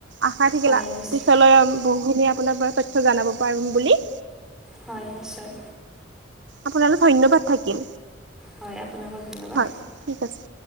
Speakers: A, on the right (about 65°); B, in the centre.
A: আশা থাকিলা
B: হয় নিশ্চয়
A: পিছলৈ বহুখিনি আপোনাক তথ্য জানাব পাৰোন বুলি।
B: হয় নিশ্চয়।
A: আপোনালে ধন্যবাদ থাকিল।
B: হয় আপোনাকো ধন্যবাদ।
A: হয় ঠিক আছে।